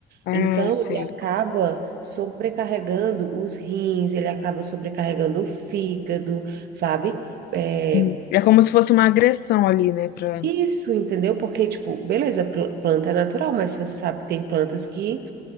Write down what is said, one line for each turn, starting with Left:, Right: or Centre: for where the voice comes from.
Left: Ah,
Right: Então,
Left: sei.
Right: ele acaba sobrecarregando os rins, ele acaba sobrecarregando o fígado, sabe? É,
Left: Hum. É como se fosse uma agressão ali, né? Pra...
Right: isso, entendeu? Porque, tipo, beleza, pl- planta é natural, mas você sabe que tem plantas que,